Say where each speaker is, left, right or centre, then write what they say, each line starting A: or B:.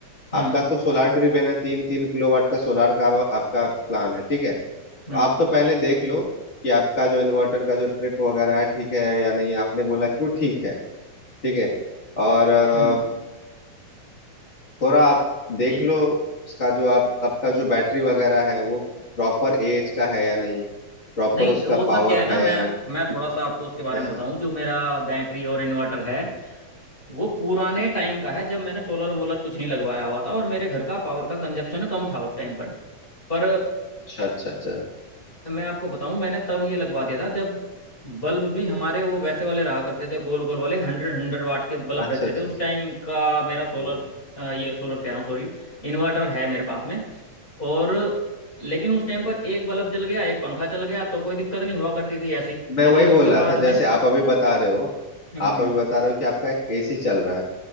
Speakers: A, on the left; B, on the left.
A: हम्म
B: आपका तो सोलार ड्रिवेन है तीन तीन किलोवाट का सोलार का आप- आपका प्लान है ठीक है तो
A: हम्म
B: आप तो पहले देख लो कि आपका जो इन्वर्टर का जो ट्रिप वगैरह है ठीक है या नहीं आपने बोला कि वो ठीक है ठीक है और अ,
A: हम्म
B: थोड़ा आप
A: जी
B: देख लो उसका जो आप आपका जो बैटरी वगैरह है वो प्रॉपर एएच का है या नहीं प्रॉपर
A: नहीं
B: उसका
A: वो सर
B: पावर
A: क्या है ना
B: है
A: मैं
B: या नहीं
A: मैं थोड़ा सा आपको उसके बारे
B: हाँ
A: में बताऊं जो मेरा बैटरी और इन्वर्टर है वो पुराने टाइम का है जब मैंने सोलर वोलर कुछ नहीं लगवाया हुआ था और मेरे घर का पावर का कंजप्शन कम था उस टाइम पर पर
B: अच्छा अच्छा अच्छा
A: मैं आपको बताऊं मैंने तब ये लगवा दिया था जब बल्ब भी हमारे वो वैसे वाले रहा करते थे गोल गोल वाले हंड्रेड हंड्रेड वाट के बल्ब
B: अच्छा
A: रहते
B: अच्छा
A: थे उस
B: अच्छा
A: टाइम का
B: अच्छा।
A: मेरा सोलर ये सोलर कह रहा हूँ सॉरी इन्वर्टर है मेरे पास में और लेकिन उस टाइम पर एक बल्ब जल गया एक पंखा चल गया तो कोई दिक्कत नहीं हुआ करती थी ऐसी लेकिन
B: मैं वही बोल
A: उसके
B: रहा
A: बाद
B: था
A: में
B: जैसे आप अभी बता रहे हो
A: हम्म
B: आप
A: हम्म
B: अभी बता रहे हो कि आपका एक एसी चल रहा है